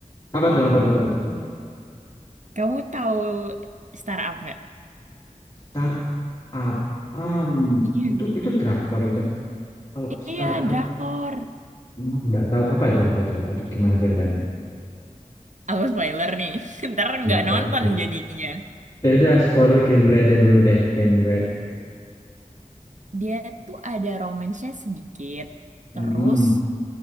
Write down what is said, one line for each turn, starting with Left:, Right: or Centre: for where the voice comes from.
Left: apa tuh apa tuh apa tuh?
Right: Kamu tahu Startup nggak?
Left: Tar Up, um,
Right: Iya.
Left: itu itu drakor itu. Kalau startup
Right: Iya, drakor.
Left: hmm, nggak tahu apa itu apa itu apa itu gimana ceritanya?
Right: Aku spoiler nih, <laughs> ntar nggak
Left: Nggak paham.
Right: nonton jadinya.
Left: Ya udah spoiler genre aja dulu deh genre.
Right: Dia tuh ada romance-nya sedikit,
Left: Mm-mm.
Right: terus